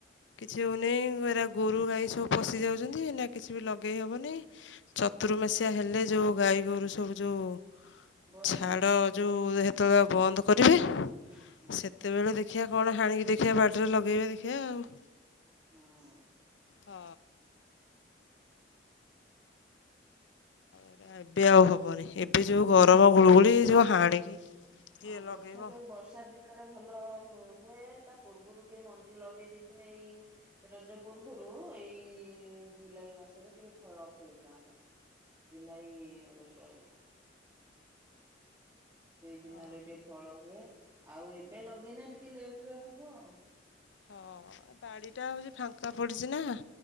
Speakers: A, on the left; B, on the right.
A: କିଛି ହଉନେଇ ଏରା ଗୋରୁ ଗାଈ ସବୁ ପଶି ଯାଉଛନ୍ତି ଏନା। କିଛି ବି ଲଗେଇ ହବନେଇ ଚତୁର୍ମାସିଆ ହେଲେ ଯୋଉ ଗାଈ ଗୋରୁ ସବୁ ଯୋଉ।
B: ବନ୍ଦ
A: ଛାଡ
B: ହେଲେ
A: ଯୋଉ ହେତେ ବେଳେ ବନ୍ଦ କରିବେ ସେ
B: ହୁଁ
A: ସେତେବେଳେ ଦେଖିବା କଣ ହାଣିକି ଦେଖିବା ବାଡି ରେ ଲଗେଇବା ଦେଖିବା ଆଉ।
B: ହଁ।
A: ହ। ଏରା ଆଉ ଏବେ ଆଉ ହବନି ଏବେ ଯୋଉ ଗରମ ଗୁଳୁଗୁଳି ଏ ଯୋଉ ହାଣିକି।
B: ହଁ
A: କିଏ
B: ଗଛ
A: ଲଗେଇବ
B: ଯୋଉ ବର୍ଷା ଦିନ ନେ ରେ ଭଲ ହୁ ହୁଏ ତା ପୂର୍ବରୁ ଟିକେ ମଞ୍ଜି ଲଗେଇ ଦେଇଥିନେ ଏଇ। ରଜ ପୂର୍ବରୁ ଏଇ ଜୁଲାଇ ମାସରେ ଟିକେ ଫଳ ଫଳିଥାନ୍ତା। ଜୁଲାଇ ଅଗଷ୍ଟ ଆଡକୁ। ସେଇ ଦିନରେ
A: ଆଉ
B: ଟିକେ ଫଳ ହୁଏ ଆଉ ଏବେ ଲଗେଇନେ ଟିକେ ଲେଟ ରେ ହବ ଆଉ।
A: ହଁ ଏ ବାଡ଼ିଟା ହଉଛି ଫାଙ୍କା ପଡିଛି ନା।